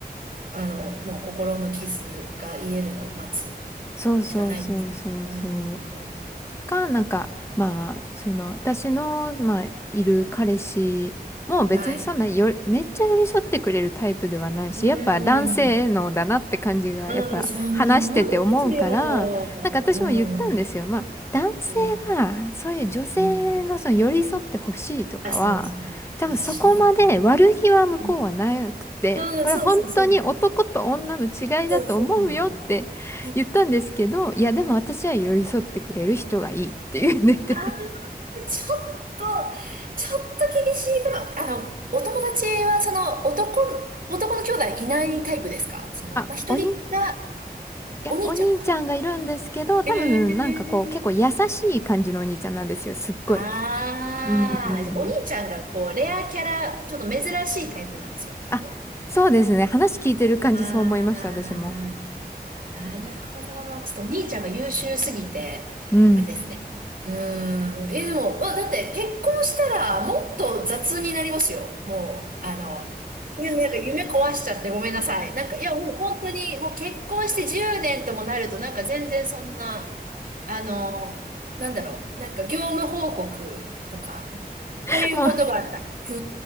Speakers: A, on the right; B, on the left.
A: あの、もう心の傷が癒えるのを待つ
B: そうそうそうそうそう。
A: しかないですね。うん、
B: とか、なんか、まあ、その、私の、まあ、いる彼氏も別にそんなよ、
A: はい。
B: めっちゃ寄り添ってくれるタイプではないし、
A: うん、
B: やっぱ男性のだなって感じが、
A: うん、
B: やっぱ話してて思うから、
A: もうそんなもんですよ。うん、
B: なんか私も言ったんですよ。まあ、男性は、
A: うん、
B: そういう女性のその寄り添ってほしいとかは、
A: うん。あ、そうそう。
B: 多分そこまで悪気は向こうはなくて、
A: あ、しないですね。うん、うんそうそうそうなんです。
B: これは本当に男と女の違いだと思うよって言ったんですけど、
A: うんそうそうなんです。そうそう
B: いや、でも私は寄り添ってくれる人がいいって言ってて。
A: そう。ああちょっと、ちょっと厳しいかな。あの、お友達は、その、男、男の兄弟いないタイプですかその、
B: あ、
A: まあ、一人が、
B: おに、いや、
A: お兄ちゃんが。
B: お兄ちゃんがいるんですけど、多分なんかこう、
A: えー
B: 結構優しい感じのお兄ちゃんなんですよ、すっごい。
A: ああ、
B: うん。うんうん
A: じゃあお兄ちゃんが、こう、レアキャラ、ちょっと珍しいタイプなんですよ、きっと。
B: あ、そうですね。話聞いてる感じそう思いました、
A: あ
B: 私も。
A: あ。あ、なるほど。ちょっとお兄ちゃんが優秀すぎて、
B: うん。
A: あれですね。うーん。え、でも、まあ、だって結婚したらもっと雑になりますよ。もう、あの、いやなんか夢壊しちゃってごめんなさい。なんか、いや、もう本当に、もう結婚して10年ともなると、なんか全然そんな、あの、なんだろう、なんか業務報告とか、
B: <laughs>
A: こういうことがあった。
B: もう、
A: ふ